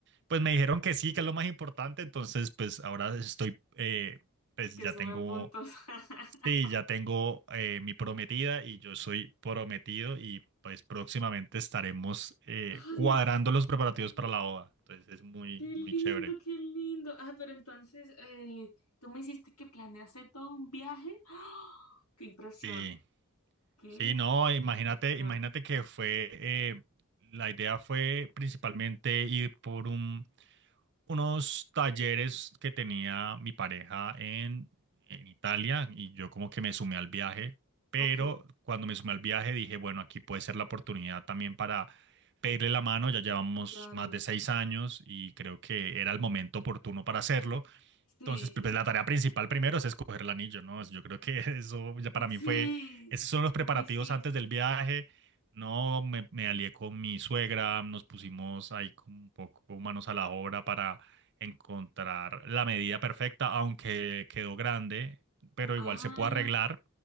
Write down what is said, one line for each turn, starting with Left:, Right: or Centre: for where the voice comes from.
Right: pues me dijeron que sí, que es lo más importante, entonces pues ahora estoy eh, pues
Left: que
Right: ya
Left: sume
Right: tengo,
Left: puntos. <laughs>
Right: sí, ya tengo eh, mi prometida y yo soy prometido y pues próximamente estaremos eh,
Left: Ay,
Right: cuadrando
Left: qué,
Right: los preparativos
Left: li-
Right: para la boda. Entonces es muy,
Left: qué lindo,
Right: muy chévere.
Left: qué lindo. Ah, pero entonces, eh, tú me hiciste que planeaste todo un viaje. ¡Ah! ¡Qué impresión!
Right: Y
Left: ¡Qué
Right: Sí, no, imagínate,
Left: impresión!
Right: imagínate que fue, eh, la idea fue principalmente ir por un, unos talleres que tenía mi pareja en, en Italia y yo como que me sumé al viaje, pero
Left: Ok,
Right: cuando me sumé al viaje dije, bueno, aquí puede ser la oportunidad también para pedirle la mano, ya llevamos
Left: claro.
Right: más de seis años y creo que era el momento oportuno para hacerlo.
Left: Sí,
Right: Entonces, pues pues, la tarea principal primero es escoger el anillo, ¿no? Yo creo que <laughs> eso ya para
Left: sí.
Right: mí fue, esos son los
Left: ¿Cómo
Right: preparativos
Left: hiciste?
Right: antes del viaje. No, me, me alié con mi suegra, nos pusimos ahí como un poco manos a la obra para encontrar la medida perfecta, aunque quedó grande, pero
Left: Ah,
Right: igual se puede arreglar,